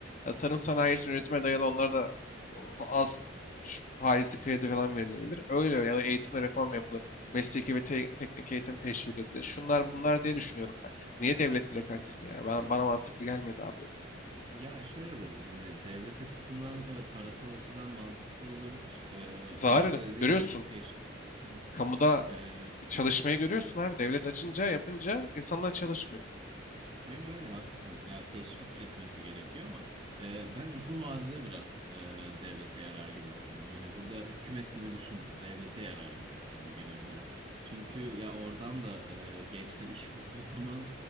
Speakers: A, on the left (about 40°); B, on the right (about 25°).
A: Ya, tarım sanayi için üretime dayalı onlara da az düşük faizli kredi falan verilebilir. Öyle öyle ya da eğitimde reform yapılır. Mesleki ve te- teknik eğitim teşvik edilir. Şunlar bunlar diye düşünüyorum ben. Niye devlet direkt açsın ya? Ben, bana mantıklı gelmedi abi. dedi.
B: Ya şöyle dedim hani devlet açısından evet parasal açıdan mantıksız olabilir. Ee,
A: Zarar
B: sonuçta
A: ediyor.
B: dediğin
A: görüyorsun.
B: gibi teşvik. Hı hı.
A: Kamuda
B: Ee,
A: çalışmayı görüyorsun abi. Devlet açınca yapınca insanlar çalışmıyor.
B: Ya öyle haklısın. Ya teşvik etmesi gerekiyor ama e, ben uzun vadede biraz e, devlete yarar gibi düşündüm. Hani burada hükümet gibi düşünme, devlete yarar gibi düşündüm genel olarak. Çünkü ya oradan da e, gençler iş <laughs> bulduğu zaman